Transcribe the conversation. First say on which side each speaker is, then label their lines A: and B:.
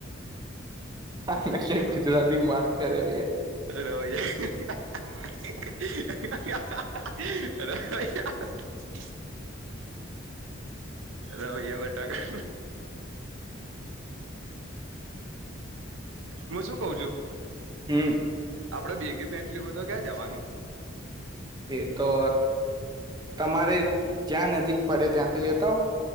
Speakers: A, on the right; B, on the right.
A: આને કે ગુજરાતીમ વાત કરે બે.
B: રવૈયા રવૈયા રવૈયા બટાકા. હું શું કવ છું.
A: હમ
B: આપડે બેકી પેન્ટ લેવું હોય તો ક્યાં જવાનું?
A: એ તો તમારે જ્યાં નજીક પડે ત્યાંથી લેતા આવ.